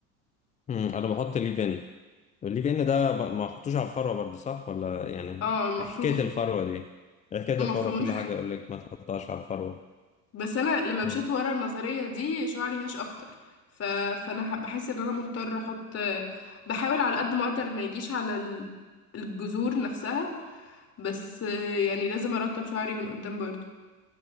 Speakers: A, on the left; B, on the left.
A: مم، انا بحط ليف ان طب الليف ان ده ب- ما احطوش على الفروه برضه صح ولا يعني
B: اه المفروض
A: حكايه الفروه دي حكايه
B: المفروض
A: الفروه كل
B: <laughs>
A: حاجه يقول لك ما تحطهاش على الفروه
B: بس انا لما مشيت
A: مم.
B: ورا النظرية دي شعري هاش اكتر ف... فانا ح- بحس ان انا مضطر احط بحاول على قد ما اقدر ما يجيش على ال- الجذور نفسها بس آه، يعني لازم ارطب شعري من قدام برضه